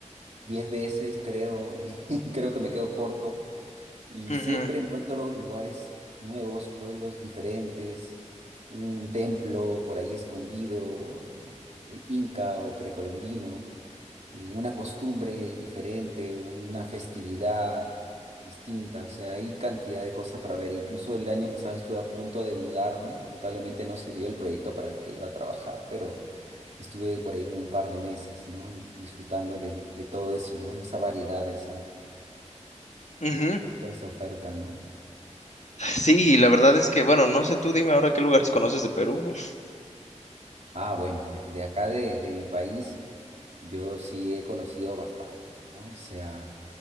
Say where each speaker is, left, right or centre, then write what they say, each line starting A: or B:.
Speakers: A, on the right; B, on the left.
A: 10 veces, creo, <laughs> y creo que me quedo corto. Y
B: Ujú,
A: siempre encuentro lugares nuevos, pueblos diferentes, un templo por ahí escondido, eh, inca o precolombino eh, una costumbre diferente, una festividad distinta, o sea, hay cantidad de cosas para ver. Incluso el año pasado estuve a punto de mudarme, lamentablemente no se dio el proyecto para el que iba a trabajar, pero estuve por ahí como un par de meses, ¿no? Y disfrutando de, de todo eso, ¿no? De esa variedad, de esa,
B: ujú.
A: toda esa oferta, ¿no?
B: Sí, la verdad es que, bueno, no sé tú, dime ahora qué lugares conoces de Perú. <laughs>
A: Ah, bueno, de, de acá de, de mi país, yo sí he conocido bastante, ¿no? O sea,